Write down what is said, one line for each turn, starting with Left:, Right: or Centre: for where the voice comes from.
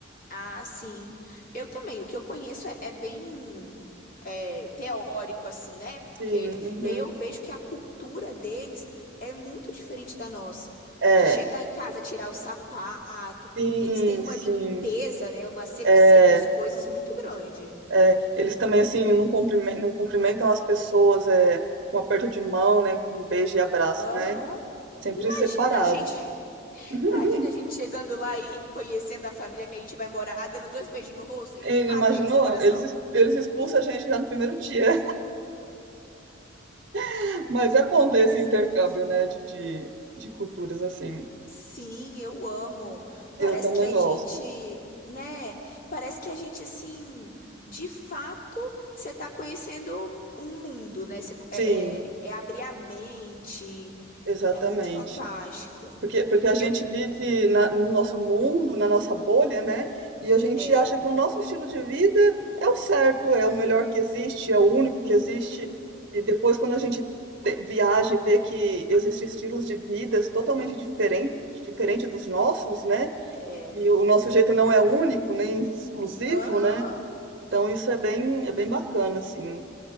Left: Ah, sim. Eu também. O que eu conheço é, é bem é, teórico, assim, né? Porque
Right: Sim, uhum.
Left: e aí eu vejo que a cultura deles é muito diferente da nossa.
Right: É,
Left: De chegar em casa, tirar o sapato,
Right: sim,
Left: eles têm uma
Right: sim.
Left: limpeza, né? Uma asepsia
Right: É,
Left: das coisas muito grande.
Right: é. eles também assim não cumprimen- não cumprimentam as pessoas é, com aperto de mão, né, com um beijo e abraço,
Left: Aham.
Right: né? Sempre
Left: Imagina,
Right: separado.
Left: gente.
Right: <laughs>
Left: Imagina a gente chegando lá e, e conhecendo a família que a gente vai morar, dando dois beijinhos no rosto, a gente
Right: Ele
Left: mata
Right: imaginou?
Left: eles do coração.
Right: Eles, ex- eles expulsam a gente já no primeiro dia. <laughs> Mas é bom
Left: E
Right: ter
Left: Deus
Right: esse intercâmbio,
Left: o livre.
Right: né, de, de, de culturas assim.
Left: Sim, eu amo. Parece
Right: Eu também
Left: que a
Right: gosto.
Left: gente, né? Parece que a gente, assim, de fato, você tá conhecendo um mundo, né? Você, é,
Right: Sim.
Left: é, é abrir a mente,
Right: Exatamente.
Left: é muito fantástico.
Right: Porque, porque a gente
Left: Eu,
Right: vive na- no nosso mundo, na nossa bolha, né? E a gente
Left: é,
Right: acha que o nosso estilo de vida é o certo, é o melhor que existe, é o único
Left: uhum,
Right: que existe. E depois, quando a gente te- viaja e vê que existem estilos de vidas totalmente diferentes, diferente dos nossos, né?
Left: é,
Right: E o nosso jeito não é único, nem exclusivo,
Left: aham,
Right: né? Então isso é bem, é bem bacana, assim.